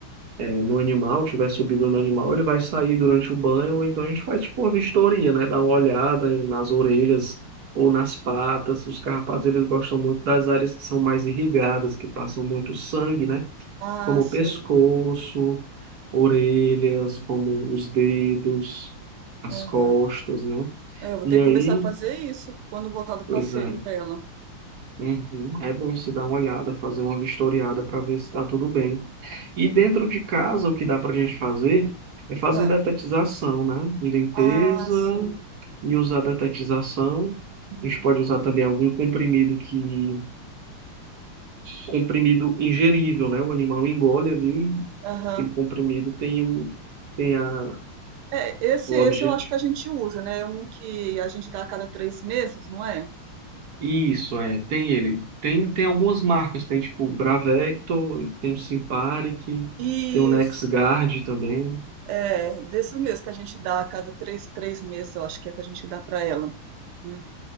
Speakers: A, on the right; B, on the right.
A: no animal, tiver subido no animal, ele vai sair durante o banho, ou então a gente faz tipo uma vistoria, né? Dá uma olhada nas orelhas ou nas patas. Os carrapatos, eles gostam muito das áreas que são mais irrigadas, que passam muito sangue, né?
B: Ah,
A: Como o
B: sim.
A: pescoço, orelhas, como os dedos, as
B: Aham.
A: costas, né?
B: É, eu vou
A: E
B: ter
A: aí,
B: que começar a fazer isso quando voltar do
A: pois
B: passeio
A: é.
B: dela.
A: Uhum. É bom se dar uma olhada, fazer uma vistoriada para ver se está tudo bem. E dentro de casa, o que dá para a gente fazer é fazer
B: É.
A: detetização, né? Limpeza
B: Ah, sim.
A: e usar detetização.
B: Uhum.
A: A gente pode usar também algum comprimido que... Comprimido ingerível, né? O animal engole ali,
B: Aham.
A: aquele comprimido tem, o... tem a...
B: É, esse,
A: o
B: esse
A: objeto.
B: eu acho que a gente usa, né? Um que a gente dá a cada três meses, não é?
A: Isso, é, tem ele. Tem, tem algumas marcas, tem tipo o Bravecto, tem o Simparic,
B: E
A: tem o NexGard também.
B: é, desses mesmo que a gente dá a cada três, três meses, eu acho que é que a gente dá para ela. né?